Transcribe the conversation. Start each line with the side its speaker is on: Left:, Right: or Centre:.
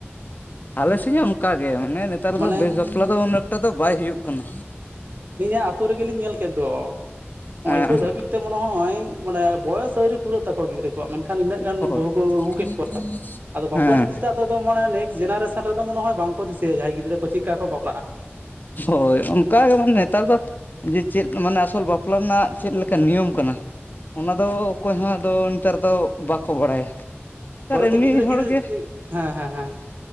Left: ᱟᱞᱮ ᱥᱮᱫ ᱦᱚᱸ ᱚᱱᱠᱟᱜᱮ ᱢᱟᱱᱮ ᱱᱮᱛᱟᱨ
Right: ᱢᱟᱱᱮ
Left: ᱫᱚ ᱵᱮᱥ ᱵᱟᱯᱞᱟ ᱫᱚ ᱩᱱᱟᱹᱜᱠᱴᱟ ᱫᱚ ᱵᱟᱭ ᱦᱩᱭᱩᱜ ᱠᱟᱱᱟ।
Right: ᱟᱹᱞᱤᱧᱟᱜ ᱟ ᱟᱹᱛᱩᱳ ᱨᱮᱜᱮᱞᱤᱧ ᱧᱮᱞ ᱠᱮᱫ ᱫᱚ᱾ ᱱᱚᱜᱼᱚᱭ
Left: ᱦᱮᱸ
Right: ᱱᱤᱛ ᱫᱷᱟᱹᱤᱡ ᱢᱮ ᱱᱚᱜᱼᱚᱭ ᱢᱚᱱᱮ ᱵᱚᱭᱚᱥ ᱟᱹᱣᱨᱤ ᱯᱩᱨᱟᱹᱜ ᱛᱟᱠᱚᱣᱟ ᱜᱤᱫᱽᱨᱟᱹ ᱠᱚᱣᱟᱜ ᱢᱮᱱᱠᱷᱟᱱ ᱤᱱᱟᱹᱜ ᱜᱟᱱ
Left: ᱦᱳᱭ
Right: ᱵᱟᱹᱦᱩ ᱠᱚ ᱟᱹᱜᱩ ᱠᱮᱫ ᱠᱚᱣᱟ
Left: <inaudible>
Right: ᱟᱫᱚ ᱵᱟᱯᱞᱟ
Left: ᱦᱮᱸ
Right: ᱡᱤᱱᱤᱥᱴᱟᱜ ᱟᱫᱚ ᱢᱟᱱᱮ ᱱᱮᱠᱥᱴ ᱡᱮᱱᱟᱨᱮᱥᱮᱱ ᱨᱮᱫᱚ ᱢᱚᱱᱮᱦᱚᱭ ᱵᱟᱝ ᱠᱚ ᱫᱤᱥᱟᱹᱭᱟ ᱡᱟᱦᱟᱸᱭ ᱜᱤᱫᱽᱨᱟᱹ ᱠᱚ ᱪᱮᱜ ᱠᱟ ᱠᱚ ᱵᱟᱯᱞᱟᱜ-ᱟ,
Left: ᱦᱳᱭ ᱚᱱᱠᱟ ᱜᱮ ᱢᱟᱱᱮ ᱱᱮᱛᱟᱨ ᱫᱚ ᱡᱮ ᱪᱮᱫ ᱢᱟᱱᱮ ᱟᱥᱚᱞ ᱵᱟᱯᱞᱟ ᱨᱮᱱᱟᱜ ᱪᱮᱫ ᱞᱮᱠᱟ ᱱᱤᱭᱚᱢ ᱠᱟᱱᱟ? ᱚᱱᱟᱫᱚ ᱚᱠᱚᱭᱦᱚᱸ ᱟᱫᱚ ᱱᱮᱛᱟᱨ ᱫᱚ ᱵᱟᱠᱚ ᱵᱟᱲᱟᱭᱟ᱾ ᱛᱟᱨ
Right: ᱯᱚᱨᱮᱛᱮ
Left: ᱮᱢᱱᱤ
Right: ᱜᱤᱫᱽᱨᱟᱹ
Left: ᱦᱚᱲ
Right: ᱡᱤᱨᱟᱹ
Left: ᱜᱮ
Right: ᱦᱮᱸ ᱦᱮᱸ ᱦᱮᱸ